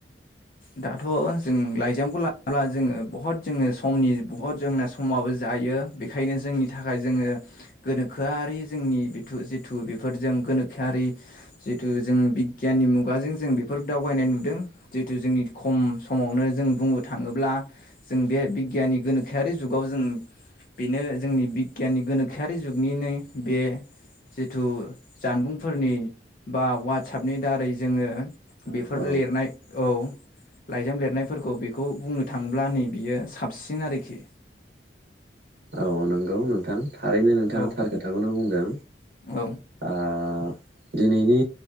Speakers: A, on the left; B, on the right.
A: दाथ' जों लाइजामखौ लाला जोङो बहुत जोङो समनि बहुत जोंना समाबो जायो। बेखायनो जोंनि थाखाय जोङो गोनोखोआरि जोंनि बिथु जिथु बेफोरजों गोनोखोआरि जिथु जों बिगियाननि मुगाजों जों बेफोर दावबायनाय दों जिथु जोंनि खम समावनो जों बुंनो थाङोब्ला जों बे बिगियाननि गोनोखोआरि जुगाव जों बेनो जोंनि बिगियाननि गोनोखोयारि जुगनिनो बे जिथु जानबुंफोरनि बा वाट्सापनि दारै जोङो
B: औ
A: बेफोर
B: औ
A: लिर औ लाइजाम लिरनायफोरखौ बेखौ बुंनो थाङोब्ला नै बियो साबसिन आरोखि।
B: औ नंगौ नोंथां थारैनो नोंथाङा
A: औ
B: थार खोथाखौनो बुंदों
A: औ
B: आ दिनैनि